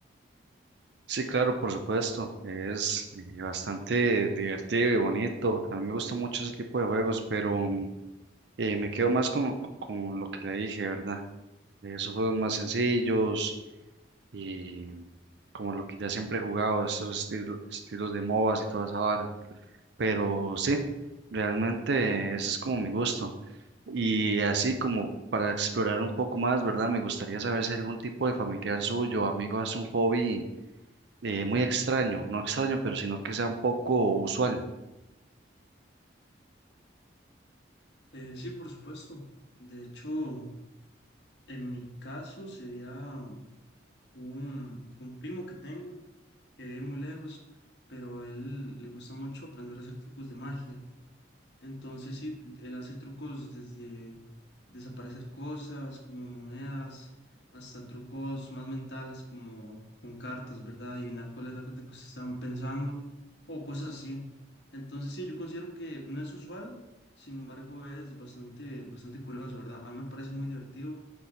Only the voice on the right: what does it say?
Sí, claro, por supuesto. Es eh, bastante divertido y bonito. A mí me gusta mucho ese tipo de juegos, pero mm, eh, me quedo más con lo, con lo que le dije, ¿verdad? De esos juegos más sencillos y como lo que ya siempre he jugado, esos estilo- estilos de MOBAs y toda esa vara. Pero sí, realmente ese es como mi gusto. Y así como para explorar un poco más, ¿verdad? Me gustaría saber si algún tipo de familiar suyo, o amigo, hace un hobby eh, muy extraño, no extraño, pero sino que sea un poco usual.